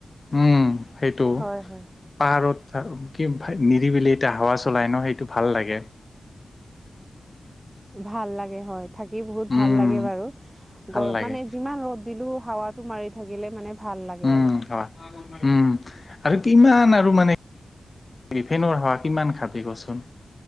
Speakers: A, on the left; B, on the right.
A: উম সেইটো
B: হয় হয়
A: পাহাৰত কি নিৰিবিলিত এতিয়া হাৱা চলাই ন সেইটো ভাল লাগে।
B: ভাল লাগে হয় থাকি বহুত
A: উম
B: ভাল লাগে বাৰু
A: ভাল
B: গৰম
A: লাগে
B: মানে যিমান ৰ'দ দিলেও হাৱাটো মাৰি থাকিলে মানে ভাল লাগে
A: উম
B: আৰু।
A: হয় উম আৰু কিমান আৰু মানে ৰিফেনৰ হাৱা কিমান খাবি কচোন?